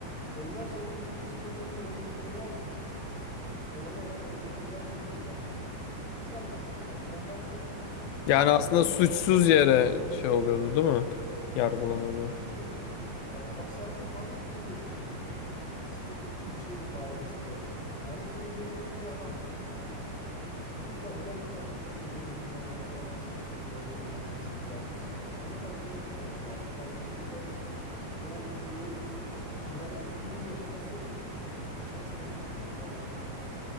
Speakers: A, in the centre; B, on the left.
A: Köylüler ise onun iki kız çocuğunu öldürüp tecavüz ettiğini, doğrayarak öldürüp tecavüz ettiğini zannedip idam etmişlerdi. Ben bence
B: yani
A: fareyi
B: aslında suçsuz yere şey oluyordu değil mi? Yargılanıyordu.
A: Kesinlikle suçsuz yereydi. Ya O hapishanede fareyi bile iyileştirmişti. Mister bir şeydi farenin ismi de. Fareyi bile iyileştiren bir adam. Yani tutup da neden iki tane kız çocuğunu dünyada mazararsız kız çocuğunu öldürüp katletsin, tecavüz etsin yani. Onu bence öldürmemesi lazım. Yani bir şekilde o iyiliğin, yani dünyadaki iyiliğin yaşaması yaşaması gerekiyordu yani bence